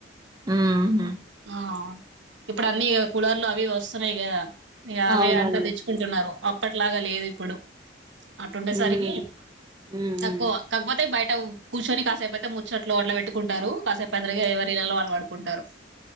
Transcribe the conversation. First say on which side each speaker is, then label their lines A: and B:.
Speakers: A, on the right; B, on the right.
A: అవునండి మ్మ్
B: ఆ ఇప్పుడు అన్ని ఇగ కులార్లు అవి ఇవి వస్తున్నాయి కదా అవే
A: అవునండి.
B: అంతా తెచ్చుకుంటున్నారు అప్పట్లాగా లేదు ఇప్పుడు. అట్లా ఉండేసరికి
A: మ్మ్
B: తక్కువ
A: మ్మ్
B: కాకపోతే బయట కూర్చొని కాసేపు అయితే ముచ్చట్లు అట్లా పెట్టుకుంటారు కాసేపు అ త ఎవరిళ్లలో వాళ్ళ పడుకుంటారు.